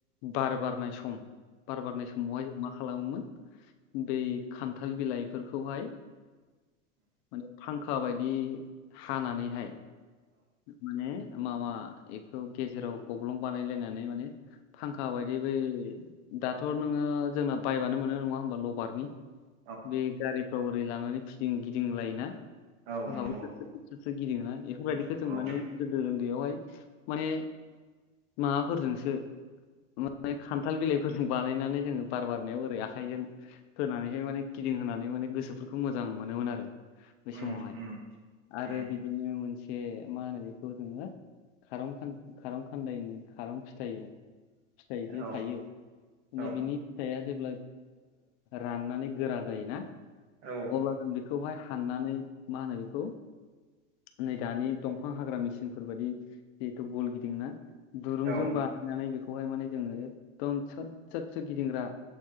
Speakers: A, on the left; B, on the right.
A: बार बारनाय सम, बार बारनाय समावहाय जों मा खालामोमोन बै खान्थाल बिलाइफोरखौहाय माने फांखा बायदि हानानैहाय माने माबा बेखौ गेजेराव गब्लं बानायलायनानै माने। फांखा बायदि बै दाथ' नोङो जोंना बायबानो मोनो नङा होम्बा लबारनि
B: औ
A: बे गारिफ्राव ओरै लानानै फिदिं गिदिंलायोना
B: औ
A: फांका
B: नंगौ
A: सोर सोर गिदिङोना बेफोरबायदि
B: औ
A: जों माने
B: औ
A: गोदो उन्दैयावहाय माने माबाफोरजोंसो मे खान्थाल बिलाइफोरजों बानायनानै जोङो बार बारनायाव ओरै आखाइजों होनानैहाय माने गि दिंहोनानै माने गोसोफोरखौ मोजां मोनोमोन आरो बे
B: उम
A: समावहाय।
B: उम
A: आरो
B: उम
A: बिदिनो मोनसे बे मा होनो बेखौ जोङो खार खान खारं खान्दायनि खारं फिथाइया फिथाइ
B: औ
A: दि थायो माने
B: औ
A: बिनि फिथिइया जेब्ला राननानै गोरा जायोना
B: औ
A: अब्ला जों बेखौहाय हाननानै मा होनो बेखौ नै दानि दंफां हाग्रा मेचिनफोर बायदि जिहेथु बल गिदिङोना दुरुंजों
B: औ
A: बानायनानै बेखौहाय माने जोङो एकदम सोद सोद गिदिंग्रा